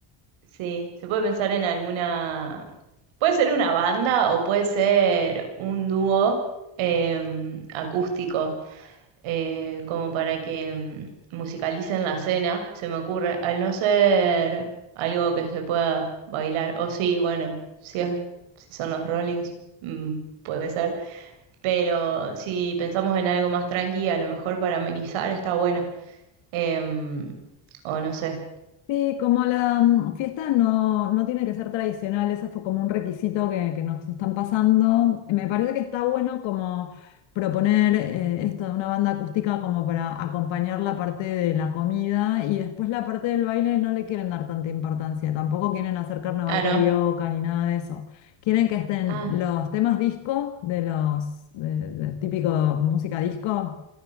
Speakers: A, on the right; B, on the left.
A: Sí, se puede pensar en alguna. Puede ser una banda o puede ser un dúo eh, acústico, eh, como para que mm, musicalicen la cena, se me ocurre. Al no ser algo que se pueda bailar, o sí, bueno, si es- si son los Rollings, mm, puede ser. Pero si pensamos en algo más tranqui, a lo mejor para amenizar está bueno. Em, o no sé.
B: Sí, como la mm, fiesta no, no tiene que ser tradicional, ese fue como un requisito que, que nos están pasando. Me parece que está bueno como proponer eh, esto de una banda acústica como para acompañar la parte de la comida y después la parte del baile no le quieren dar tanta importancia, tampoco quieren hacer carnaval
A: Ah,
B: carioca
A: no.
B: ni nada de eso. Quieren que estén
A: Ah,
B: los temas disco de los de, de típico música disco